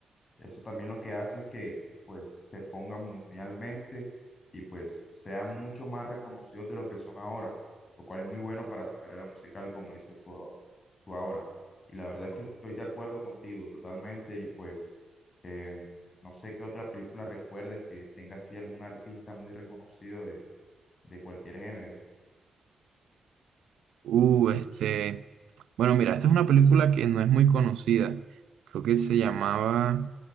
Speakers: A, on the left; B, on the right.
A: Eso también lo que hace es que pues se pongan mundialmente y pues sean mucho más reconocidos de lo que son ahora, lo cual es muy bueno para su carrera musical, como dices tú, a- tú ahora. Y la verdad es que estoy de acuerdo contigo totalmente y pues eh, no sé qué otra película recuerdes que tenga así algún artista muy reconocido de, de cualquier género.
B: Uh, este, bueno, mira, esta es una película que no es muy conocida. Creo que se llamaba,